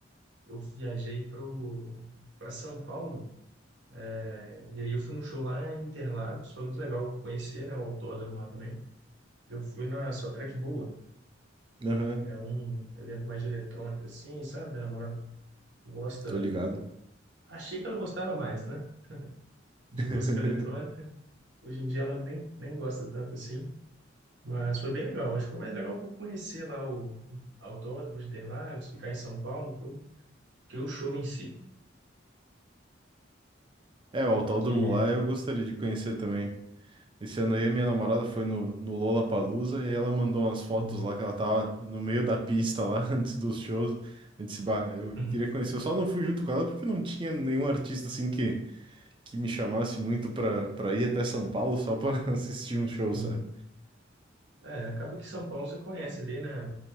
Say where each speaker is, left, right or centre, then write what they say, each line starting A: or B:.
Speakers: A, on the right; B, on the right.
A: Eu viajei pro para São Paulo, é, e aí eu fui num show lá em Interlagos, foi muito legal conhecer, né, o autódromo lá também. Eu fui na Só Track Boa,
B: aham,
A: é um evento mais de eletrônica, assim, sabe? Minha namorada gosta
B: Tô ligado.
A: Achei que ela gostava mais, né? De
B: <laughs>
A: música eletrônica. Hoje em dia ela nem, nem gosta tanto assim. Mas foi bem legal. Acho que foi mais legal por conhecer lá o Autódromo de Interlagos, ficar em São Paulo, tudo, que o show em si.
B: É, o Autódromo
A: Porque.
B: lá eu gostaria de conhecer também. Esse ano aí a minha namorada foi no, no Lollapalooza e ela mandou umas fotos
A: Uhum.
B: lá que ela tava no meio da pista lá <laughs> antes dos shows. Eu disse, bah, eu
A: Uhum.
B: queria conhecer. Eu só não fui junto com ela porque não tinha nenhum artista assim que, que me chamasse muito pra, pra ir até São Paulo só pra <laughs> assistir um show,
A: Sim.
B: sabe?
A: É, acaba que São Paulo você conhece ali, né?